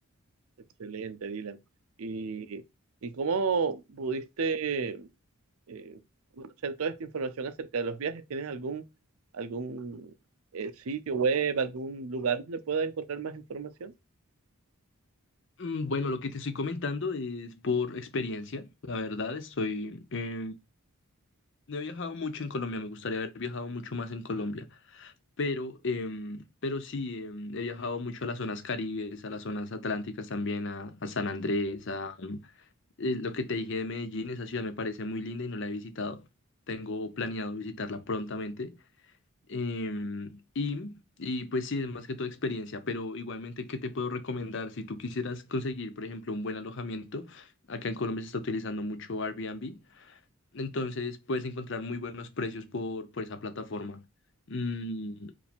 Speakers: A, on the right; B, on the left.
A: excelente, Dylan. ¿Y, y cómo pudiste eh, conocer toda esta información acerca de los viajes? ¿Tienes algún, algún eh, sitio web, algún lugar donde pueda encontrar más información?
B: Mm, Bueno, lo que te estoy comentando es por experiencia, la verdad, estoy... eh, no he viajado mucho en Colombia, me gustaría haber viajado mucho más en Colombia, pero, em, pero sí, em, he viajado mucho a las zonas caribes, a las zonas atlánticas también, a, a San Andrés, a, eh, lo que te dije de Medellín, esa ciudad me parece muy linda y no la he visitado. Tengo planeado visitarla prontamente. Em, y, y pues sí, es más que todo experiencia, pero igualmente, ¿qué te puedo recomendar? Si tú quisieras conseguir, por ejemplo, un buen alojamiento, acá en Colombia se está utilizando mucho Airbnb, entonces puedes encontrar muy buenos precios por, por esa plataforma. Mm,